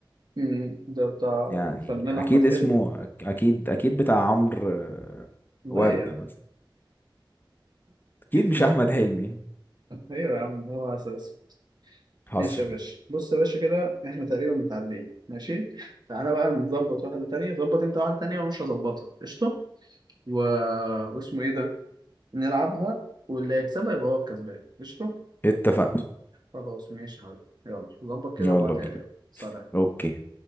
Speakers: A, on the right (about 55°); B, on the left (about 20°).
A: امم ده بتاع
B: يعني
A: الفنان
B: اكيد
A: احمد
B: اسمه
A: حلمي
B: اكيد اكيد بتاع عمرو آه،
A: لا
B: وردة
A: يا
B: مثلا اكيد مش
A: لا
B: احمد حلمي
A: ايوه يا عم هو اساس
B: حصل
A: ماشي يا باشا بص يا باشا كده احنا تقريبا متعادلين ماشي تعالى بقى نظبط واحده تانية ظبط انت واحده تانية ومش هظبطها قشطه و... واسمه ايه ده نلعبها واللي هيكسبها يبقى هو الكسبان قشطه
B: اتفقنا
A: خلاص ماشي يا حبيبي يلا ظبط كده
B: يلا
A: وابعتها
B: بينا
A: لي يلا سلام
B: اوكي